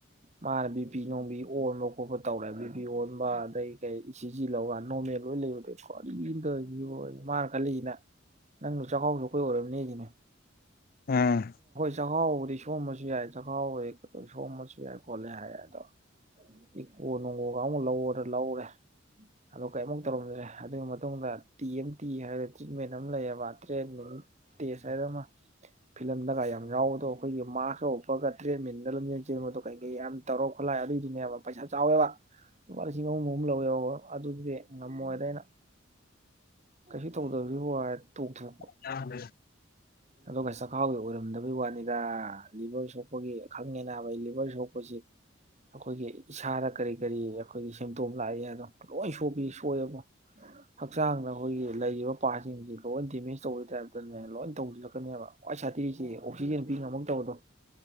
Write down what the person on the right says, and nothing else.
ꯃꯥꯅ ꯕꯤ ꯊꯣꯡꯕꯤꯖꯤ ꯑꯣꯟꯕ ꯈꯣꯠꯄ ꯇꯧꯔꯦ ꯕꯤ ꯄꯤ ꯑꯣꯟꯕ ꯑꯗꯩ ꯀꯩ ꯏ ꯁꯤ ꯖꯤ ꯂꯧꯕ ꯅꯣꯔꯃꯦꯜ ꯂꯣꯏ ꯂꯩꯕꯗꯣ ꯀꯔꯤꯅꯣ ꯇꯧꯔꯤꯖꯤꯕꯣꯅꯥ ꯃꯥꯅ ꯈꯜꯂꯤꯖꯤꯅ ꯅꯪ ꯗꯨ ꯆꯈꯥꯎ ꯁꯣꯛꯄꯩ ꯑꯣꯏꯔꯝꯅꯤ ꯂꯩꯒꯦꯃꯦ <unintelligible>
ꯆꯛꯈꯥꯎꯕꯨꯗꯤ ꯁꯣꯛꯑꯝꯕꯁꯨ ꯌꯥꯏ ꯆꯛꯈꯥꯎꯕꯨ ꯈꯤꯇꯪ ꯁꯣꯛꯑꯝꯕꯁꯨ ꯌꯥꯏ ꯈꯣꯠꯂꯦ ꯍꯥꯏꯔꯦ ꯑꯗꯣ ꯏ ꯀꯣ ꯅꯣꯡꯒꯨꯒ ꯑꯃꯨꯛ ꯂꯧꯔ ꯂꯧꯔꯦ ꯑꯗꯨ ꯀꯔꯤꯃꯨꯛ ꯇꯧꯔꯝꯗ꯭ꯔꯦ ꯑꯗꯨꯒꯤ ꯃꯇꯨꯡꯗ ꯇꯤ ꯑꯦꯝ ꯇꯤ ꯍꯥꯏꯕ ꯇ꯭ꯔꯤꯠꯃꯦꯟ ꯑꯃ ꯂꯩꯔꯕ ꯇ꯭ꯔꯦꯟꯠ ꯃꯤꯅꯤꯠ ꯇꯦꯖ ꯍꯥꯏꯕ ꯑꯃ ꯐꯤꯂꯝꯗꯒ ꯌꯥꯝ ꯌꯥꯎꯕꯗꯣ ꯑꯩꯈꯣꯏꯒꯤ ꯃꯥꯛꯁꯀ ꯎꯞꯄꯒ ꯇ꯭ꯔꯦꯠꯃꯤꯟꯗ ꯂꯝꯖꯦꯜ ꯆꯦꯟꯕꯗꯣ ꯀꯩ ꯀꯩ ꯌꯥꯝ ꯈꯨꯠꯂꯥꯏ ꯑꯗꯨꯏꯗꯨꯅꯦꯕ ꯄꯩꯁꯥ ꯆꯥꯎꯋꯦꯕ ꯂꯨꯄꯥ ꯂꯤꯁꯤꯡ ꯑꯍꯨꯝ ꯑꯍꯨꯝ ꯂꯧꯋꯦꯕ ꯑꯗꯨꯗꯤ ꯉꯝꯃꯣꯏꯗ ꯑꯩꯅ ꯀꯩꯁꯨ ꯇꯧꯗꯕꯁꯤꯕꯣ ꯍꯥꯏ ꯇꯧꯊꯣꯛ
ꯑꯗꯨꯒ ꯆꯈꯥꯎꯒꯤ ꯑꯣꯏꯔꯝ ꯔꯝꯗꯕꯩ ꯋꯥꯅꯤꯗ ꯂꯤꯕꯔ ꯁꯣꯛꯄꯒꯤ ꯈꯪꯉꯦ ꯅꯥꯕ ꯑꯩ ꯂꯤꯚꯔ ꯁꯣꯛꯄꯁꯤ ꯑꯩꯈꯣꯏꯒꯤ ꯏꯁꯥꯗ ꯀꯔꯤ ꯀꯔꯤ ꯑꯩꯈꯣꯏꯒꯤ ꯁꯤꯝꯇꯣꯝ ꯂꯥꯛꯏ ꯑꯗꯣ ꯂꯣꯏ ꯁꯣꯛꯄꯤ ꯁꯣꯛꯑꯦꯕꯣ ꯍꯛꯆꯥꯡꯗ ꯑꯩꯈꯣꯏꯒꯤ ꯂꯩꯔꯤꯕ ꯄꯥꯔꯠ ꯁꯤꯡꯁꯤ ꯂꯣꯏ ꯗꯦꯃꯦꯖ ꯇꯧꯕꯒꯤ ꯇꯥꯏꯞꯇꯅꯦ ꯂꯣꯏ ꯇꯧꯖꯤꯔꯛ ꯀꯅꯦꯕ ꯈ꯭ꯋꯥꯏ ꯁꯥꯊꯤꯔꯤꯁꯤ ꯑꯣꯛꯁꯤꯖꯦꯟ ꯄꯤ ꯉꯝꯃꯛꯇꯕꯗꯣ